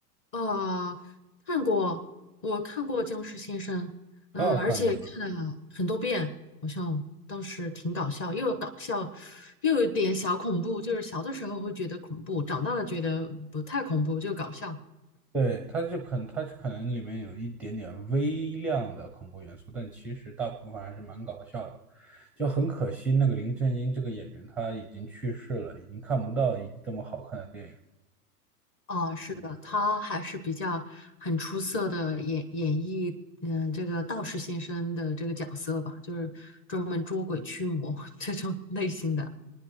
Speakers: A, on the left; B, in the centre.
A: 啊，看过，我看过《僵尸先生》，
B: 很好看的。
A: 嗯、而且看了很多遍，好像当时挺搞笑，又搞笑，又有点小恐怖，就是小的时候会觉得恐怖，长大了觉得不太恐怖，就搞笑。
B: 对，它就可能，它可能里面有一点点微量的恐怖元素，但其实大部分还是蛮搞笑的。就很可惜，那个林正英这个演员他已经去世了，已经看不到一这么好看的电影了
A: 啊，是的，他还是比较很出色的演演绎，嗯、这个道士先生的这个角色吧，就是专门捉鬼驱魔 <laughs> 这种类型的，